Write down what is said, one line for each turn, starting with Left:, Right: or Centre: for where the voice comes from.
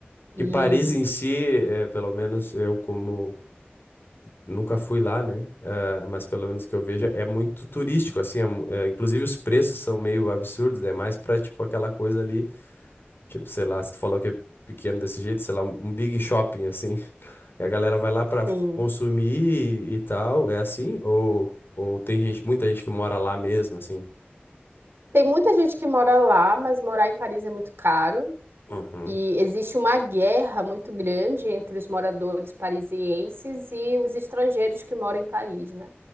Right: E,
Left: Que Paris em si, é, pelo menos eu como Nunca fui lá, né? Ah, mas pelo menos que eu veja, é muito turístico, assim. é mu- é, inclusive, os preços são meio absurdos. É mais pra, tipo, aquela coisa ali. Tipo, sei lá, se tu falou que é pequeno desse jeito, sei lá, um, um big shopping, assim. <laughs> E a galera vai lá pra
Right: sim,
Left: consumir e, e tal. É assim? Ou, ou tem gente, muita gente que mora lá mesmo, assim?
Right: tem muita gente que mora lá, mas morar em Paris é muito caro.
Left: Uhum.
Right: E existe uma guerra muito grande entre os moradores parisienses e os estrangeiros que moram em Paris, né?